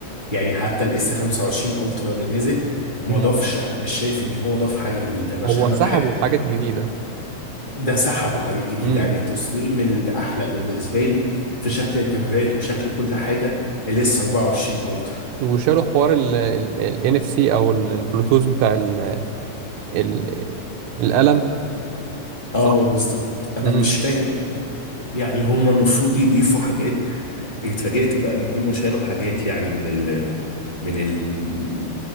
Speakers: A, on the left (about 80°); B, on the right (about 85°).
A: يعني حتى الاس 25 الترا اللي نزل ما
B: مم.
A: ضافش انا مش شايف ان هو ضاف حاجه جديده انا عشان
B: هو
A: انا
B: سحبوا
A: بحب
B: حاجات جديدة
A: ده سحبوا حاجات جديدة
B: امم
A: يعني التصميم الأحلى بالنسبة لي في شكل الكاميرات وشكل كل حاجة الاس 24 الترا
B: وشالوا حوار ال ان اف سي او ال- البلوتوث بتاع ال ال القلم
A: اه
B: صح
A: بالظبط انا
B: امم
A: مش فاهم يعني هم المفروض يضيفوا حاجات اتفاجئت بقى ان هم شالوا حاجات يعني من ال من ال